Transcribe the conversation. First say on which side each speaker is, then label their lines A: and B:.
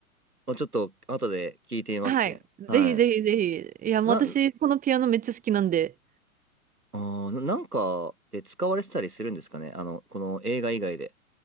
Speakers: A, on the right; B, on the right.
A: まあちょっと、後で聞いてみますね。
B: <laughs> はい。
A: はい。
B: ぜひぜひぜひ。いや、もう私、
A: な、
B: このピアノめっちゃ好きなんで。
A: あー、なんかで使われてたりするんですかね。あの、この映画以外で。